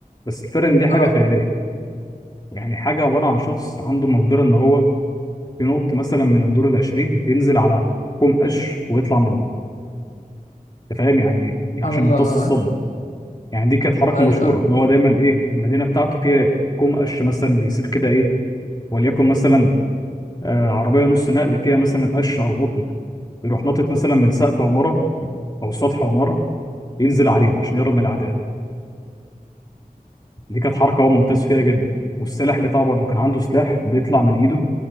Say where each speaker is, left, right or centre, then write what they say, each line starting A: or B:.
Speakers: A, on the left (about 25°); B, on the left (about 55°).
A: بس الفرق ان دي حاجه
B: اه
A: خياليه يعني حاجه عباره عن شخص عنده مقدره ان هو ينط مثلا من الدور العشرين ينزل على كوم قش ويطلع منه انت فاهم يعني
B: سبحان
A: عشان
B: الله
A: يمتص الصدمه
B: اه
A: يعني دي كانت حركه
B: <laughs> ايوه
A: مشهوره
B: اه
A: ان هو دايما ايه المدينه بتاعته فيها كوم قش مثلا بيسيب كده ايه وليكن مثلا آه، عربيه نص نقل فيها مثلا قش او قطن يروح ناطط مثلا من سقف عماره او سطح عماره ينزل عليه عشان يهرب من الاعداء دي كانت حركه هو ممتاز فيها جدا والسلاح بتاعه برضه كان عنده سلاح بيطلع من ايده